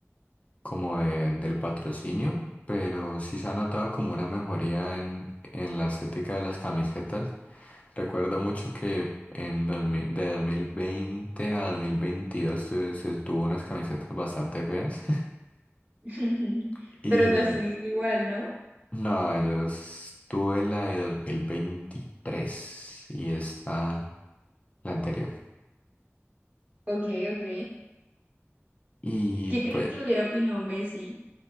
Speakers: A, on the left; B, on the right.
A: como de- del patrocinio, pero sí se ha notado como una mejoría en, en la estética de las camisetas. Recuerdo mucho que en 2000 de 2020 a 2022 se, se tuvo unas camisetas bastante feas
B: <laughs>
A: <laughs> y
B: Pero las tuviste igual, ¿no?
A: no, yo tuve la de 2023 y esta la anterior.
B: Ok, ok.
A: Y
B: ¿Qué crees
A: pues
B: que hubiera opinado Messi?